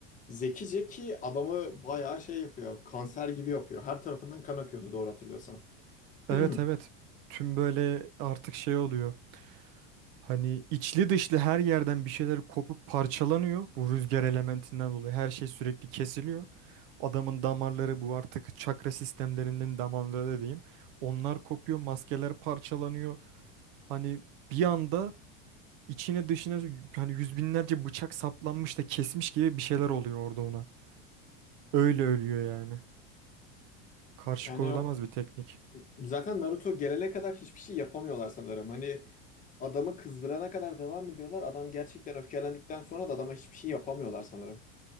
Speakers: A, on the left; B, on the right.
A: Zekice ki adamı bayağı şey yapıyor. Kanser gibi yapıyor. Her tarafından kan akıyordu doğru hatırlıyorsan.
B: Evet
A: <clears throat>
B: evet. Tüm böyle artık şey oluyor. Hani içli dışlı her yerden bir şeyler kopup parçalanıyor. Bu rüzgar elementinden dolayı her şey sürekli kesiliyor. Adamın damarları bu artık çakra sistemlerinin damarları diyeyim. Onlar kopuyor, maskeler parçalanıyor. Hani bir anda içine dışına hani yüz binlerce bıçak saplanmış da kesmiş gibi bir şeyler oluyor orada ona. Öyle ölüyor yani. Karşı
A: Yani
B: koyulamaz
A: o-
B: bir teknik.
A: zaten Naruto gelene kadar hiçbir şey yapamıyorlar sanırım. Hani adamı kızdırana kadar devam ediyorlar. Adam gerçekten öfkelendikten sonra da adama hiçbir şey yapamıyorlar sanırım.